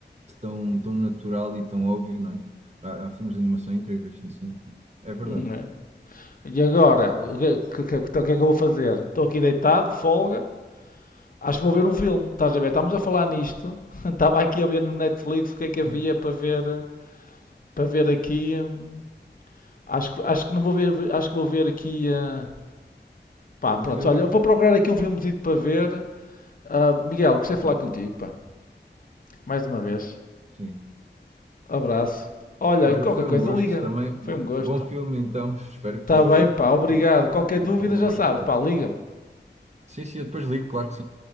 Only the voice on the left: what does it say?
Não é? E agora? O que, é, o que- é, o que- é que eu vou fazer? Estou aqui deitado, de folga. Acho que vou ver um filme. Estás a ver? Estamos a falar nisto. <laughs> Estava aqui a ver no Netflix o que é que havia
para ver, eh, para ver aqui. hum, Acho que, acho que não vou ver, acho que vou ver aqui. eh, Pá, pronto.
Olha, vou procurar aqui um filmezito para ver. Ah, Miguel, gostei de falar
contigo, pá. Mais uma vez.
Abraço. Olha,
e qualquer
coisa
liga.
Foi
um gosto.
Está
bem, pá, obrigado.
Qualquer
dúvida
já
sabes,
pá, liga-me.